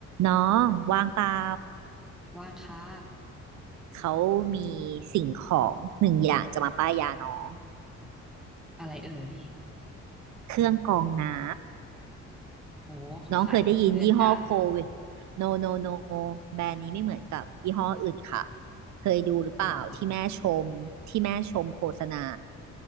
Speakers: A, on the right (about 65°); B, in the centre.
A: น้องว่างเปล่า
B: ว่างค่ะ
A: เขามีสิ่งของหนึ่งอย่างจะมาป้ายยาน้อง
B: อะไรเอ่ย
A: เครื่องกรองน้
B: โหเขาขายกันเกลื่อนกลาด
A: ำน้องเคยได้ยินยี่ห้อโคเวทโนโนโนแบรนด์นี้ไม่เหมือนกับยี่ห้ออื่นค่ะเคยดูหรือเปล่าที่แม่ชมที่แม่ชมโฆษณา
B: เหรอ